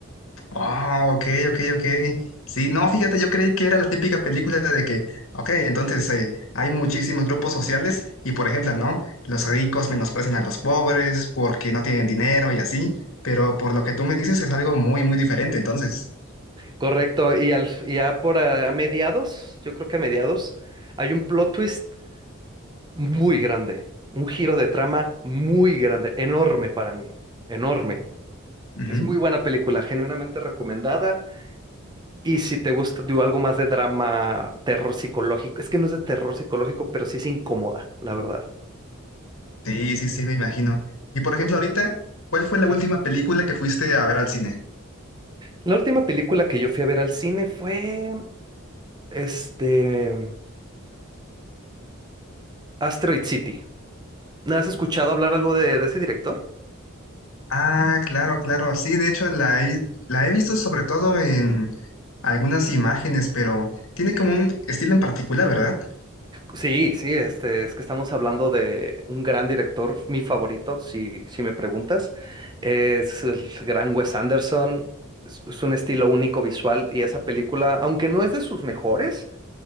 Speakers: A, on the left; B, on the right.
A: Ah, ok, ok, ok. Sí, no, fíjate, yo creí que era la típica película de que, ok, entonces eh, hay muchísimos grupos sociales y, por ejemplo, ¿no? Los ricos menosprecian a los pobres porque no tienen dinero y así, pero por lo que tú me dices es algo muy, muy diferente, entonces.
B: Correcto. Y al, y ya por a, a mediados, yo creo que a mediados, hay un plot twist muy grande, un giro de trama muy grande, enorme para mí, enorme.
A: Ujú.
B: Es muy buena película, genuinamente recomendada. Y si te gusta, digo, algo más de drama, terror psicológico, es que no es de terror psicológico, pero sí es incómoda, la verdad.
A: Sí, sí, sí, me imagino. Y, por ejemplo, ahorita, ¿cuál fue la
B: Mm.
A: última película que fuiste a ver al cine?
B: La última película que yo fui a ver al cine fue, este, Asteroid City. ¿No ¿Has escuchado hablar algo de, de ese director?
A: Ah, claro, claro, sí, de hecho la he, la he visto sobre todo algunas imágenes, pero tiene como un estilo en particular, ¿verdad?
B: Sí, sí, este, es que estamos hablando de un gran director, mi favorito, si, si me preguntas. Es el gran Wes Anderson, es, es un estilo único visual y esa película, aunque no es de sus mejores,